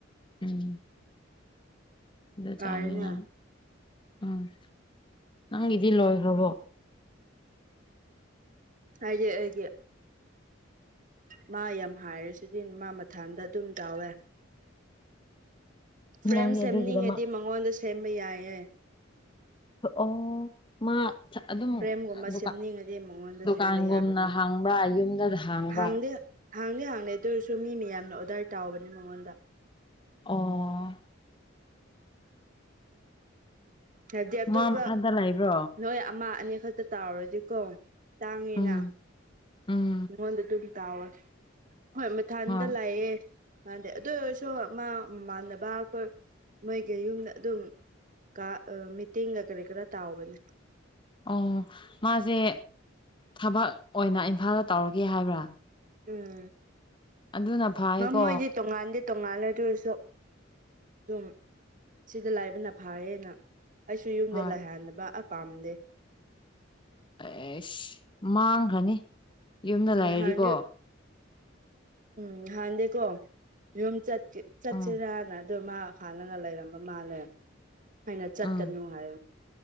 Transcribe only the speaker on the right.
ꯐꯔꯦꯅꯦ
ꯑꯩꯗꯤ ꯑꯩꯒꯤ ꯃꯥ ꯌꯥꯝ ꯍꯥꯏꯔꯁꯤꯗꯤ ꯃꯥ ꯃꯊꯥꯟꯗ ꯑꯗꯨꯝ ꯇꯧꯋꯦ ꯐ꯭ꯔꯦꯝ
ꯁꯦꯝꯅꯤꯡꯉꯗꯤ
ꯃꯉꯣꯟꯗ ꯁꯦꯝꯕ ꯌꯥꯏꯌꯦ
ꯐ꯭ꯔꯦꯝꯒꯨꯝꯕ
ꯁꯦꯝꯅꯤꯡꯉꯗꯤ ꯃꯉꯣꯟꯗ
ꯁꯦꯝꯕ ꯌꯥꯕꯅꯦ
ꯍꯥꯡꯗꯦ ꯍꯥꯡꯗꯤ ꯍꯥꯡꯗꯦ ꯑꯗꯨꯑꯣꯏꯔꯁꯨ ꯃꯤ ꯃꯌꯥꯝꯅ ꯑꯣꯗꯔ ꯇꯥꯎꯕꯅꯦ ꯃꯉꯣꯟꯗ
ꯍꯥꯏꯕꯗꯤ ꯑꯇꯣꯞꯄꯥ
ꯅꯣꯏ ꯑꯃ ꯑꯅꯤ ꯈꯛꯇ ꯇꯧꯔꯗꯤꯀꯣ ꯇꯥꯡꯉꯤꯅ
ꯃꯉꯣꯟꯗ ꯑꯗꯨꯝ ꯇꯥꯎꯋꯦ ꯍꯣꯏ ꯃꯊꯥꯟꯗ
ꯂꯩꯌꯦ ꯃꯗꯤ ꯑꯗꯨ ꯑꯣꯏꯔꯁꯨ ꯃꯥꯃꯥꯟꯅꯕ ꯈꯣꯏ ꯃꯣꯏꯒꯤ ꯌꯨꯝꯗ ꯑꯗꯨꯝ ꯀꯥ ꯃꯤꯇꯤꯡꯒ ꯀꯔꯤ ꯀꯔꯥ ꯇꯥꯎꯕꯅꯤ
ꯎꯝ
ꯃ ꯃꯣꯏꯗꯤ ꯇꯣꯡꯉꯥꯟꯗꯦ ꯇꯣꯡꯉꯥꯜꯂꯦ ꯗꯨꯑꯣꯏꯔꯁꯨ ꯑꯗꯨꯝ ꯁꯤꯗ ꯂꯩꯕꯅ ꯐꯥꯌꯦꯅ ꯑꯩꯁꯨ ꯌꯨꯝꯗ
ꯂꯩꯥꯍꯟꯕ ꯑꯄꯥꯥꯝꯗꯦ
ꯅꯍꯥꯟꯗꯤ ꯎꯝ ꯍꯥꯟꯗꯤꯀꯣ ꯌꯨꯝ ꯆꯠꯀꯦ ꯆꯠꯁꯤꯔꯥꯅ
ꯑꯗꯣ ꯃꯥ ꯈꯥꯜꯂꯒ ꯂꯩꯔꯝꯕ ꯃꯥꯜꯂꯦ ꯑꯩꯅ ꯆꯠꯀꯅꯨ
ꯍꯥꯏ